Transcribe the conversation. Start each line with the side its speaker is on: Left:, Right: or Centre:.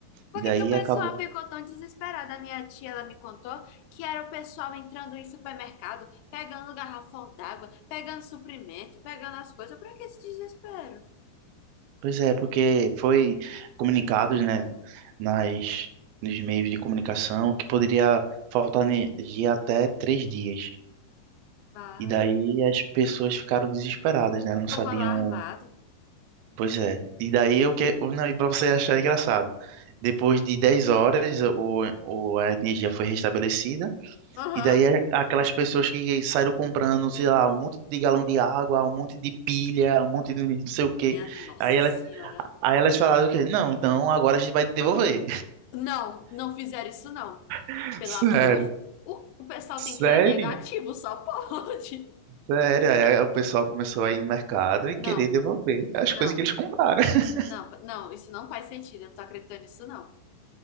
Left: Por
Right: E daí
Left: que que o pessoal
Right: acabou
Left: ficou tão desesperado? A minha tia, ela me contou que era o pessoal entrando em supermercado, pegando garrafão d'água, pegando suprimento, pegando as coisas. Pra que esse desespero?
Right: Pois é, porque foi comunicados, né, nas, nos meios de comunicação que poderia faltar energia até três dias.
Left: Vale.
Right: E daí as pessoas ficaram desesperadas, né? Não sabiam.
Left: O povo lá armado.
Right: Pois é. E daí o que. o- Não, e para você achar engraçado, depois de 10 horas o, o, a energia foi restabelecida.
Left: Aham.
Right: E daí a- aquelas pessoas que saíram comprando, sei lá, um monte de galão de água, um monte de pilha, um monte de não sei o quê.
Left: Minha Nossa
Right: Aí
Left: Senhora.
Right: Aí elas falaram o quê? Não, então agora a gente vai devolver.
Left: Não, não fizeram isso não.
Right: <laughs>
Left: Pelo
Right: Sério.
Left: amor de... O, o pessoal
Right: Sério,
Left: tem que ir negativo, só <laughs> pode.
Right: sério. Aí o pessoal começou a ir no mercado e
Left: Não,
Right: querer devolver as
Left: não,
Right: coisas que eles compraram. <laughs>
Left: não, não. Isso não faz sentido. Eu não tô acreditando nisso não.